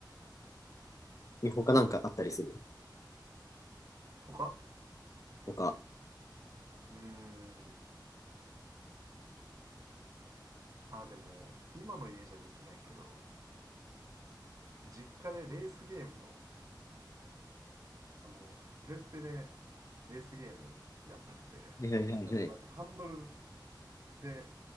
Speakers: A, on the left; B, on the right.
A: 他なんかあったりする
B: そうなんよ。他
A: 他。は
B: うーん。あ、でも、今の家じゃできないけど、あの、実家でレースゲームの、あの、プレステでレースゲームやってて、
A: いはいはいはい。
B: あの、なんかハンドルで、